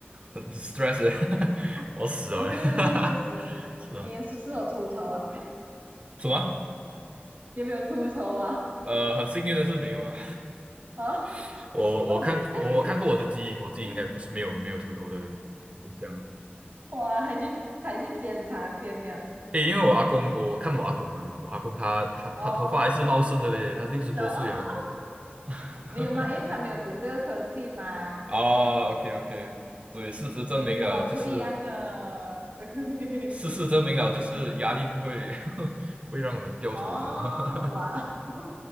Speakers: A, on the right; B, on the right.
A: 很 stress，欸 <laughs> 我死了欸，
B: 啊，对对对，
A: <laughs>
B: 确实，
A: 是啊，
B: 你也是不是有秃头啊？
A: 什么？
B: <laughs> 有没有秃头啊？
A: 呃，很幸运的是没有啊，
B: 啊？
A: <laughs> 我我看我我看过我的基因，
B: 哦，这样你，
A: 我基因应该不是没有没有秃头的现象。
B: 嗯哇，还去还去检查先呀？
A: 诶，因为我阿公，
B: 哦，
A: 我看我阿公嘛，我阿公他他他头发还是茂盛的嘞，
B: 哦，
A: 他六十多岁哦。
B: 然后 <laughs>
A: <laughs>
B: 没有嘛，因为他没有读这个科系嘛，
A: 哦，OK OK，所以事实证明了，
B: 你读啊不一样啊，
A: 就是
B: <laughs> 对，
A: 事实证明了，就是压力不会 <laughs> 会让我们掉头发
B: 哦，
A: <laughs>
B: 哇，<laughs>